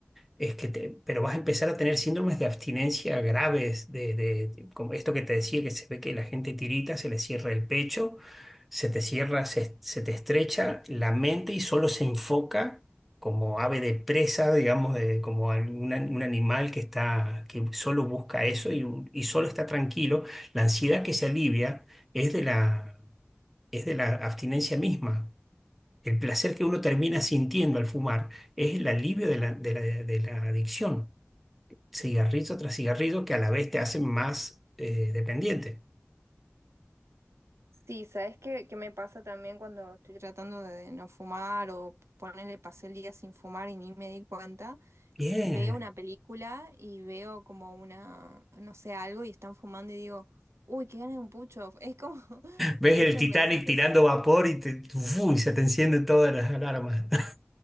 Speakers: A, in the centre; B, on the right (about 80°).
A: es que te- pero vas a empezar a tener síndromes de abstinencia graves, de, de- como esto que te decía, que se ve que la gente tirita, se le cierra el pecho, se te cierra, se, se te estrecha la mente y solo se enfoca como ave de presa, digamos, de- como algún an- un animal que está, que solo busca eso y, un- y solo está tranquilo. La ansiedad que se alivia es de la, es de la abstinencia misma. El placer que uno termina sintiendo al fumar es el alivio de la, de la- de la adicción, cigarrillo tras cigarrillo, que a la vez te hacen más eh, dependiente.
B: Sí, ¿sabes qué, qué me pasa también cuando estoy tratando de no fumar o ponerle pasé el día sin fumar y ni me di cuenta?
A: Bien.
B: Veo una película y veo como una, no sé, algo y están fumando y digo, uy, qué ganas de un pucho. Es como <laughs>
A: Ves
B: esos
A: el Titanic
B: mensajes,
A: tirando vapor y, te, uf, y se te encienden todas las alarmas. <laughs>